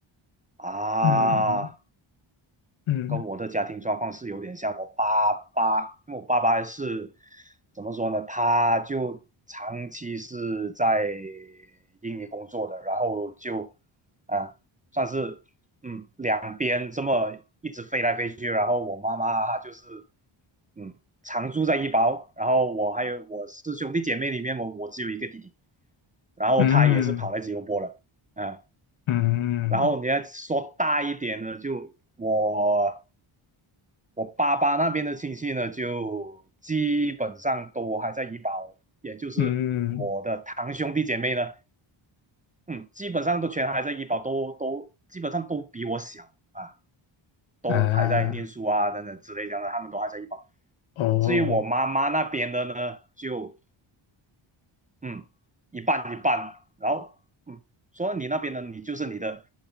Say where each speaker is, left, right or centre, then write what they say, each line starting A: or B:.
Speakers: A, on the right; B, on the left.
A: 啊。
B: 嗯嗯
A: 跟我的家庭状况是有点像。我爸爸，因为我爸爸是怎么说呢？他就长期是在印尼工作的，然后就啊，算是嗯两边这么一直飞来飞去。然后我妈妈就是嗯常住在一包，然后我还有我是兄弟姐妹里面我我只有一个弟弟，然后他也是跑来吉隆坡了，
B: 嗯
A: 嗯、啊。
B: 嗯
A: 然后你要说大一点的，就我我爸爸那边的亲戚呢，就基本上都还在医保，也就是我的堂兄弟姐妹呢，
B: 嗯
A: 嗯，基本上都全还在医保，都都基本上都比我小啊，都还在念书啊等等之类的，
B: 啊
A: 他们都还在医保。
B: 哦，
A: 至于我妈妈那边的呢，就嗯一半一半，然后嗯，说你那边呢，你就是你的